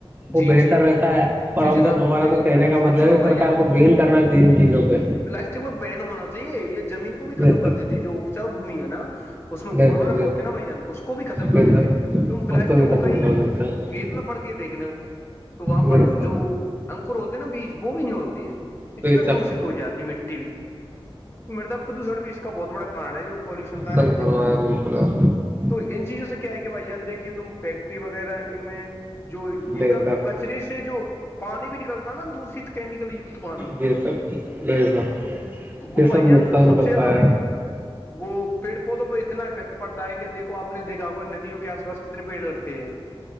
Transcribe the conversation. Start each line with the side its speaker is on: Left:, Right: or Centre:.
Right: وہ
Left: جی
Right: بہتر
Left: جی
Right: رہتا ہے اور
Left: جی
Right: ہم
Left: جناب
Right: تو ہمارا
Left: دیکھو
Right: تو کہنے کا مطلب
Left: سنو
Right: ہے
Left: بھائی
Right: سرار
Left: جان
Right: کو بین کرنا چاہیے ان چیزوں پہ
Left: پلاسٹک بین ہونا چاہیے یہ زمین کو بھی ختم
Right: بے
Left: کر
Right: شک
Left: دیتی جو اپچاؤ بھمی ہے نا اس میں
Right: بے
Left: ارورک
Right: شک
Left: ہوتے نا بھائی جان اس کو بھی ختم کر
Right: بے شک بے
Left: دیتی
Right: شک
Left: تم پلاسٹک
Right: اس بھی
Left: کو
Right: ختم
Left: کہیں
Right: کر دیتے ہیں
Left: کھیت میں پڑھ کے دیکھنے تو وہاں
Right: بے
Left: پر
Right: شک
Left: جو انکر ہوتے ہیں نا بیج وہ بھی نہیں ہوتے ہیں اتنا
Right: بے شک
Left: دشت ہو جاتی مٹی و مردا پردوشن بھی اس کا بہت بڑا کارن ہے جو پلیوشن کا
Right: صحیح
Left: نا بچن
Right: فرمایا بالکل آپ نے
Left: تو ان چیزوں سے کیا ہے کہ بھائی ج دیکھیے تم فیکٹری وغیرہ ان میں جو
Right: بے
Left: ان کا
Right: شک
Left: ک کچرے سے جو پانی بھی نکلتا نا دوشت کیمیکل ت پانی
Right: بے شک بے شک
Left: تو گ
Right: یہ
Left: وائی
Right: سب
Left: جان
Right: نقصان
Left: سب
Right: کرتا
Left: سے زیادہ
Right: ہے
Left: <unintelligible> وہ پیڑ پودوں پر اتنا افیکٹ پڑتا ہے کہ دیکو آپ نے دیکھا ہوگا ندیوں کے آس پاس کتنے پیڑ لگتے ہیں